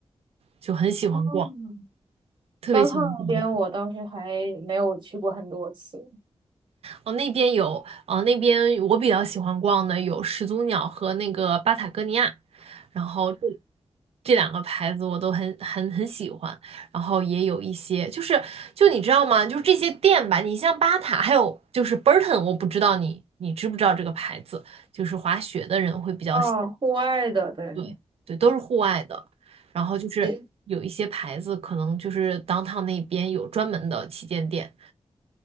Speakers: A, on the right; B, on the right.
A: 就很喜欢逛，
B: 嗯，
A: 特别喜欢逛那个。
B: 当趟那边我倒是还没有去过很多次。
A: 哦，那边有，呃，那边我比较喜欢逛的有始祖鸟和那个巴塔哥尼亚，然后这这两个牌子我都很很很喜欢。然后也有一些，就是就你知道吗？就是这些店吧，你像巴塔，还有就是 Burton，我不知道你你知不知道这个牌子，就是滑雪的人会比较喜。
B: 哦，户外的，对，
A: 对对，都是户外的。然后就是有一些牌子，
B: 对，
A: 可能就是 downtown 那边有专门的旗舰店。